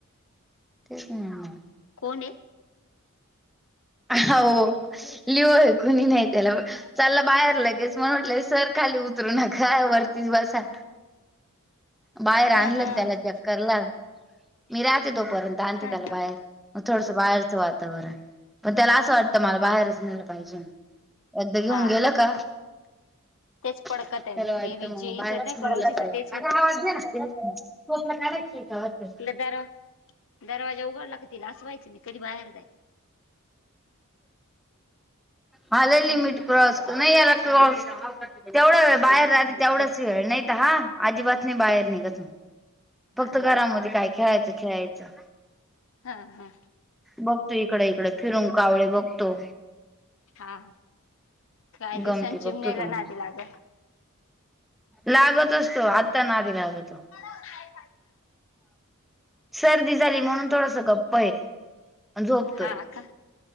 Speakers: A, in the centre; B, on the left.
A: तेच नाही
B: कोण आहे
A: हो लिओ आहे कुणी नाही त्याला चालला बाहेर
B: हा
A: लगेच मण म्हटलंय सर खाली उतरू नका वरतीच बसा. बाहेर आणलं
B: हा हा
A: त्याला चक्करला मी राहते तोपर्यंत आणते
B: हा
A: त्याला बाहेर. मग थोडसं बाहेरचं वातावरण पण त्याला असं वाटतं मला बाहेरच
B: हा
A: नेलं पाहिजे. एकदा घेऊन
B: हा
A: गेलं का
B: तेच
A: चला
B: पडकत आहे मग
A: वाटत
B: ते
A: मग
B: जेईच
A: बाहेच
B: नाही का
A: म्हट
B: रोजीच
A: का?
B: तेच होतं
A: गाव ना तो आपल्या काचका वाते
B: तिला दर दरवाजा उघडला कतील असवायचे मी कधी बाहेर जायच.
A: हले लिमिट क्रॉस कर नाही याला क्रॉस तेवढा वेळ बाहेर
B: ह
A: राहते तेवढाच वेळ नाही तर हा आजीबात नाही बाहेर निघत. फक्त
B: हा
A: घरामध्ये
B: ना
A: काय खेळायचं खेळायचं.
B: हा हा
A: बघतो इकडे इकडे फिरुून कावळे बघतो.
B: हा काही दिवसांनी
A: गमती
B: चिमण्याला
A: बघतो रम
B: नादी लागल
A: लागतच तो आत्ता ना आधी लागतो.
B: हो
A: सर्दी झाली म्हणून थोडस गप्प आहे. झोपतोय
B: हा का